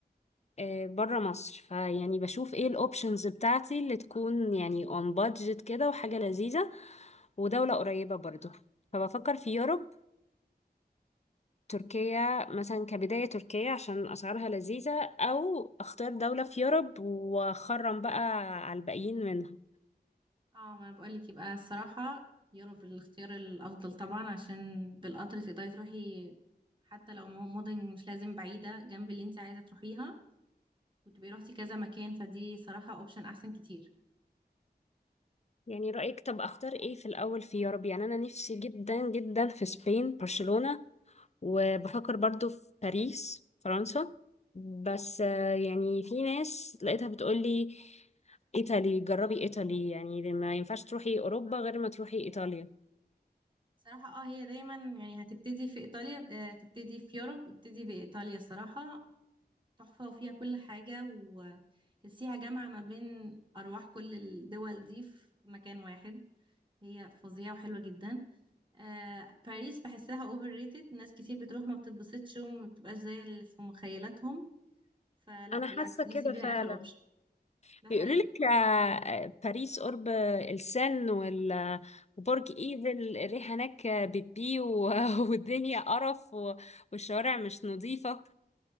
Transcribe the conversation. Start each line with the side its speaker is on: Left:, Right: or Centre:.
Left: آه برا مصر فيعني بشوف ايه الاوبشنز بتاعتي اللي تكون يعني اون بادجت كده وحاجة لذيذة ودولة قريبة برضو فبفكر في يوروب تركيا مثلا كبداية تركيا عشان أسعارها لذيذة أو أختار دولة في يوروب وأخرم بقى على الباقيين منها
Right: اه ما انا بقول لك يبقى الصراحه يوروب الاختيار الافضل طبعا عشان بالقطر تقدري تروحي حتى لو مو- مدن مش لازم بعيده جنب اللي انتي عايزه تروحيها وتبقي روحتي كذا مكان فدي صراحه اوبشن احسن كتير
Left: يعني رأيك طب اختار ايه في الاول في يوروب يعني انا نفسي جدا جدا في سبين برشلونة وبفكر برضو في باريس فرنسا بس آه، يعني في ناس لقيتها بتقولي ايطالي جربي ايطالي يعني ما ينفعش تروحي اوروبا غير ما تروحي ايطاليا
Right: صراحه اه هي دايما يعني هتبتدي في ايطاليا آه، تبتدي في يوروب ابتدي بايطاليا صراحه تحفه وفيها كل حاجه وتحسيها جامعه ما بين ارواح كل الدول دي في مكان واحد هي فظيعة وحلوة جدا آه، باريس بحسها اوفر ريتد ناس كتير بتروح ما بتتبسطش وما بتبقاش زي اللي في مخيلاتهم فلا
Left: انا
Right: بالعكس
Left: حاسه
Right: دي
Left: كده
Right: سيبيها
Left: فعلا
Right: اخر اوبشن ده
Left: بيقولوا
Right: حقيقي
Left: لك آه، باريس قرب السن وال- وبرج ايفل الريحه هناك بتبي و- <laughs> والدنيا قرف و- والشوارع مش نظيفه